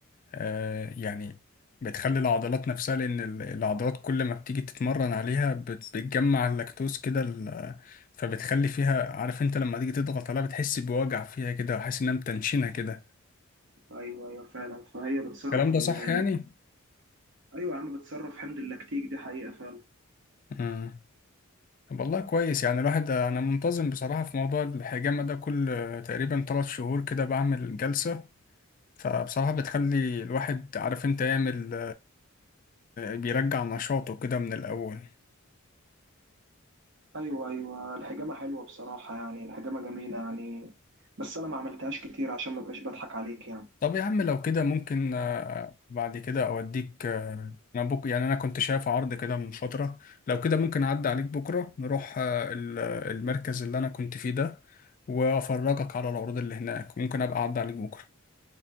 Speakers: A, on the left; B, on the right.
A: آه، يعني بتخلي العضلات نفسها لان ال- العضلات كل ما بتيجي تتمرن عليها بت- بتجمع اللاكتوز كده ال- فبتخلي فيها عارف انت لما تيجي تضغط عليها بتحس بوجع فيها كده وحاسس انها متنشنة كده
B: ايوه ايوه فعلا فهي بتصرف
A: الكلام ده
B: ال...
A: صح
B: ال-
A: يعني؟
B: ايوه يا عم بتصرف حمض اللاكتيك دي حقيقه فعلا
A: امم طب والله كويس يعني الواحد انا منتظم بصراحة في موضوع الحجامة ده كل تقريبا ثلاث شهور كده بعمل جلسة فبصراحة بتخلي الواحد عارف انت يعمل بيرجع نشاطه كده من الأول
B: ايوه ايوه الحجامه حلوه بصراحه يعني الحجامه جميله يعني بس انا ما عملتهاش كتير عشان ما بقاش بضحك عليك يعني
A: طب يا عم لو كده ممكن آه، بعد كده أوديك آه، أنا بك يعني أنا كنت شايف عرض كده من فترة لو كده ممكن أعدي عليك بكرة نروح آه، ال- المركز اللي أنا كنت فيه ده وأفرجك على العروض اللي هناك ممكن أبقى أعدي عليك بكرة